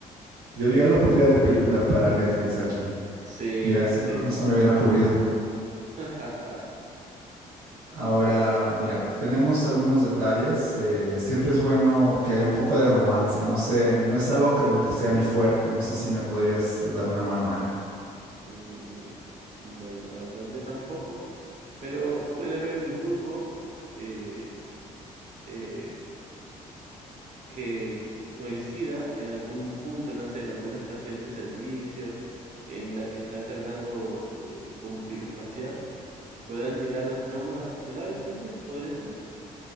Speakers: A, on the right; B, on the right.
A: Yo ya lo pondría de película para Netflix aquí.
B: Sí,
A: Mira, eso
B: sí.
A: no, no se me hubiera ocurrido.
B: <laughs>
A: Ahora, mira, tenemos algunos detalles. eh, siempre es bueno que haya un poco de romance. No sé, no es algo que lo que sea mi fuerte. No sé si me podrías dar una mano ahí.
B: Mm, bueno, la verdad yo tampoco. Pero puede haber un grupo eh, eh, que coincida en algún punto, no sé, en alguna estación de servicio en la que están cargando el combustible espacial, puedan llegar las nómadas estelares, tal vez, podría ser.